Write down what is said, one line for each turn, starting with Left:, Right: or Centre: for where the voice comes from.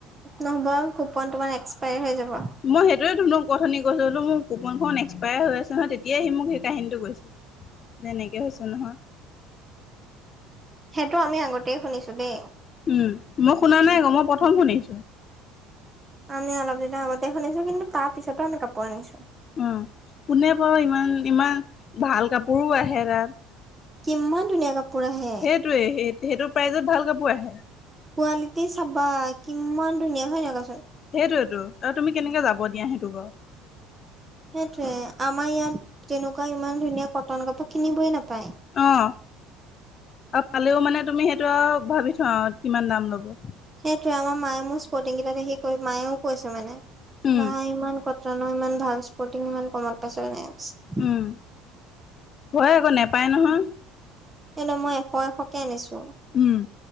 Right: নহ'ব কুপন তোমাৰ এক্সপায় হৈ যাব।
Left: মই সেইটোৱে ধুনক অথনি কৈছিলোঁ মোৰ কুপনখন এক্সপায়াৰ হৈ আছে নহয়, তেতিয়াই সি মোক সেই কাহিনীটো কৈছে। তেনেকে হৈছে নহয়।
Right: সেইটো আমি আগতেই শুনিছোঁ দেই।
Left: উম, মই শুনা নাই আকৌ, মই প্ৰথম শুনিছোঁ।
Right: আমি অলপ দিনৰ আগতে শুনিছোঁ কিন্তু তাৰ পিছতো আমি কাপোৰ আনিছোঁ।
Left: উম, কোনে বাৰু ইমান ইমান ভাল কাপোৰো আহে তাত।
Right: কিমান ধুনীয়া কাপোৰ আহে।
Left: সেইটোৱে সেই-সেইটো প্ৰাইজত ভাল কাপোৰ আহে।
Right: কোৱালিটি চাবা কিমান ধুনীয়া হয় নাই কোৱাচোন?
Left: সেইটোয়েতো আৰু তুমি কেনেকে যাব দিয়া সেইটো বাৰু।
Right: সেইটোয়ে, আমাৰ ইয়াত তেনেকুৱা ইমান ধুনীয়া কটন কাপোৰ কিনিবয় নাপায়।
Left: অ' আৰু পালেও মানে তুমি সেইটো আৰু ভাবি চোৱা আৰু কিমান দাম ল'ব।
Right: সেইটোৱে, আমাৰ মায়ে মোৰ স্পৰ্টিং কেইটা দেখি কৈ মায়েও কৈছে মানে
Left: উম,
Right: বা ইমান ক কটনৰ ইমান ভাল স্পৰ্টিং ইমান কমত পাইছ এনেকে কৈছে।
Left: উম, হয় আকৌ নেপায় নহয়।
Right: সেইটো মই এশ এশকে আনিছোঁ।
Left: উম।